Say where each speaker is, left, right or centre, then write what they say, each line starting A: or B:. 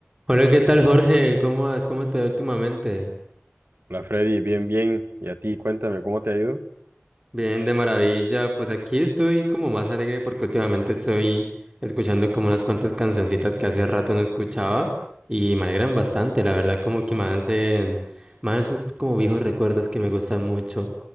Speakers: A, on the right; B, on the right.
A: Hola, ¿qué tal, Jorge? ¿Cómo vas? ¿Cómo te va últimamente?
B: Hola Freddy, bien, bien. Y a ti, cuéntame, ¿cómo te ha ido?
A: Bien, de maravilla. Pues aquí estoy como más alegre porque últimamente estoy escuchando como unas cuantas cancioncitas que hace rato no escuchaba y me alegran bastante, la verdad, como que me hacen más esos como viejos recuerdos que me gustan mucho.